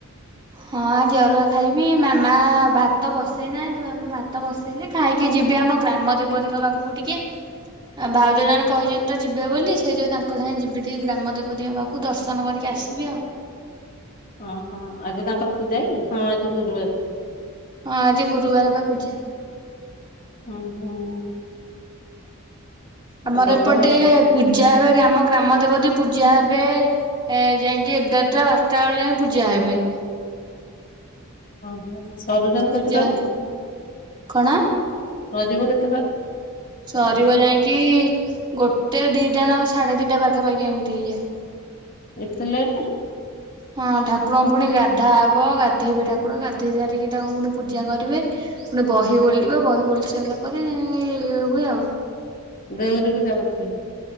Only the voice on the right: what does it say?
ହଁ ଆଜି ଅରୁଆ ଖାଇବି ମାମା ଭାତ ବସେଇନାହାଁନ୍ତି। ମାମା ଭାତ ବସେଇଲେ ଖାଇକି ଯିବେ ଆମ ଗ୍ରାମ ଦେବତୀଙ୍କ ପାଖକୁ ଟିକିଏ। ଆଉ ଭାଉଜ ଜଣେ କହିଛନ୍ତି, ତ ଯିବେ ବୋଲି ସେ ଯୋଉ ତାଙ୍କ ସାଙ୍ଗେ ଯିବି ଟିକେ ଗ୍ରାମ ଦେବତୀଙ୍କ ପାଖକୁ, ଦର୍ଶନ କରିକି ଆ ଆସିବି ଆଉ।
ହଁ, ଆଜି ଗୁରୁବାର ବା ପୂଜା
ଆମର
ଏପଟେ
ପୂଜା ହେବେ ଆମ ଗ୍ରାମ ଦେବ ଦି ପୂଜା ହେବେ ଏ ଯାଇକି ଏଗାରଟା ବାରଟା ବେଳକୁ ଯାଇକି ପୂଜା ହେବେ।
ପୂଜା
କଣ
ସରିବ ଯାଇକି ଗୋଟେ ଦିଟା ନହେଲେ ସାଢେ ଦିନ ଟା ପାଖାପାଖି ଏମିତି ହେଇଯାଏ।
ହଁ ଠାକୁରଙ୍କ ପୁଣି ଗାଧା ହେବ ଗାଧେଇବେ ଠାକୁର ଗାଧୋଇ ସାରିକି ତାଙ୍କୁ ପୁଣି ପୂଜା କରିବେ। ବହି ବୋଲିବ ବହି ବଲି ସାରିଲା ପରେ ଇଏ ହୁଏ ଆଉ।